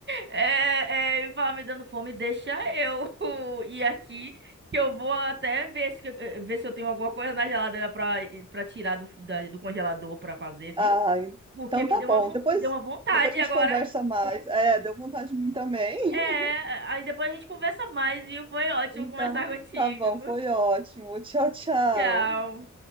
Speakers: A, on the right; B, on the right.
A: é, é, em falar me dando fome, deixa eu <laughs> ir aqui, que eu vou até ver se, que- eh, ver se eu tenho alguma coisa na geladeira pra, pra tirar do, da- do congelador pra fazer, viu?
B: Ah,
A: Porque
B: então
A: me
B: tá
A: deu
B: bom.
A: uma, von-
B: Depois,
A: me deu uma vontade
B: depois a
A: agora.
B: gente conversa mais. É, deu vontade de mim também. <laughs>
A: É, aí depois a gente conversa mais, viu? Foi ótimo
B: Então,
A: conversar <laughs> contigo.
B: tá bom, foi ótimo. Tchau, tchau.
A: Tchau.